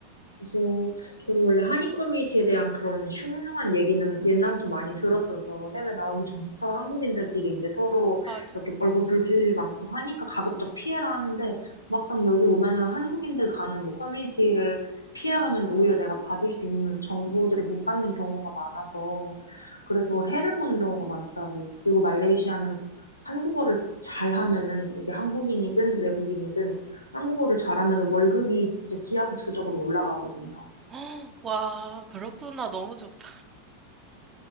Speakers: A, on the left; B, on the right.
A: 그래서 저도 원래 한인 커뮤니티에 대한 그런 흉흉한 얘기는 옛날부터 많이 들었어서 해외 나오기 전부터 한국인들끼리 이제 서로
B: 맞아요.
A: 이렇게 얼굴 붉힐 일 많고 하니까 가급적 피해라 하는데 막상 여기 오면은 한국인들 가는 뭐 커뮤니티를 피해가면 오히려 내가 받을 수 있는 정보들을 못 받는 경우가 많아서 그래서 해를 보는 경우가 많더라고요. 그리고 말레이시아는 한국어를 잘하면은 이게 한국인이든 외국인이든 한국어를 잘하면 월급이 진짜 기하급수적으로 올라가거든요.
B: 헉, 와, 그렇구나. 너무 좋다.